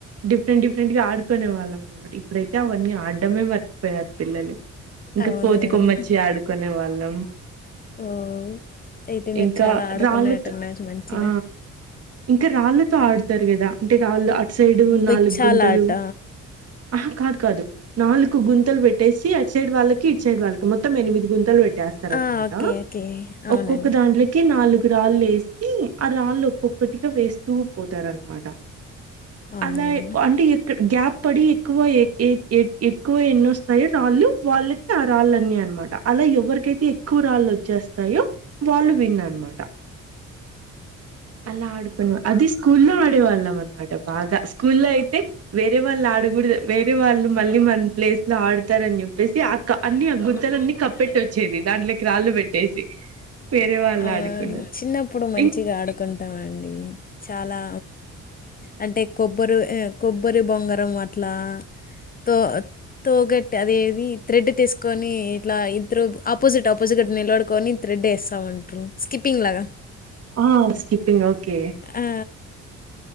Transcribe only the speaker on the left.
అవునవును
ఓ అయితే మీరు
చాలా ఆడుకున్నట్టున్నారు
మంచిగా
బిచ్చాలాట
ఆ! ఓకే. ఓకే. అవునండి.
అవును.
అవును.
అవును
చిన్నప్పుడు మంచిగా
ఆడుకుంటామండి చాలా అంటే కో బ్బరి ఆ కొబ్బరి బొంగరం అట్లా తో తోగట్టి అదేది థ్రెడ్ తీసుకొని ఇట్లా ఇద్దరు ఆపోజిట్ ఆపోజిట్ నిలబడుకొని త్రెడ్ ఏస్తావుంటిమి స్కిప్ ప్పింగ్ లాగా
ఆ,